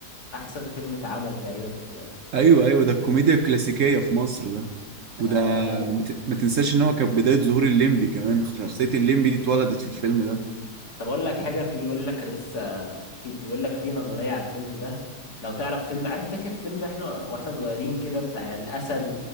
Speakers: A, on the left; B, on the right.
A: احسن فيلم اتعمل تقريبا في
B: أيوه أيوه ده الكوميديا الكلاسيكية في مصر ده وده
A: اه لا لا
B: ما ت- ما تنساش إن هو كان بداية ظهور الليمبي كمان شخصية الليمبي دي اتولدت في الفيلم ده
A: طب اقول لك حاجه في بيقول لك انا لسه في في بيقول لك في نظريه على الفيلم ده لو تعرف فيلم عارف فاكر فيلم احنا واحنا صغيرين كده بتاع الاسد